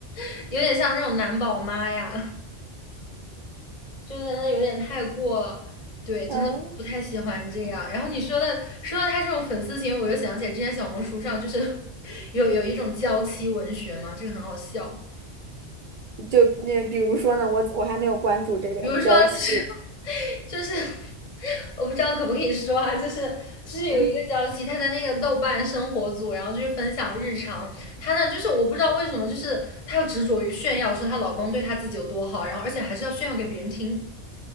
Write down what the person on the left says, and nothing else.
<laughs> 有点像那种男宝妈呀，就真的有点太过了。对，
真的不太喜欢这样。然后你说的说到他这种粉丝行为，我就想起来之前小红书上就是 <laughs> 有有一种娇妻文学嘛，这个很好笑。
比如说，就是 <laughs> 就是，我不知道可不可以说啊，就是就是有一个娇妻，
她在那个豆瓣生活组，然后就是分享日常。她呢，就是我不知道为什么，就是她要执着于炫耀，说她老公对她自己有多好，然后而且还是要炫耀给别人听。